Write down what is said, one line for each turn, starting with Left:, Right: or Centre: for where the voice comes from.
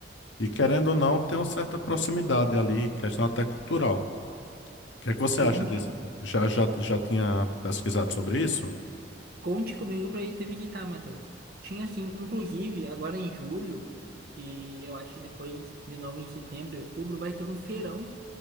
Left: E querendo ou não, tem uma certa proximidade ali, questão até cultural. O que é que você
Right: Conte,
Left: acha disso? Já, já, já tinha pesquisado sobre isso?
Right: conte comigo para ir te visitar, Matheus. Tinha assim, inclusive, agora em julho, e eu acho que depois, de novo em setembro e outubro, vai ter um feirão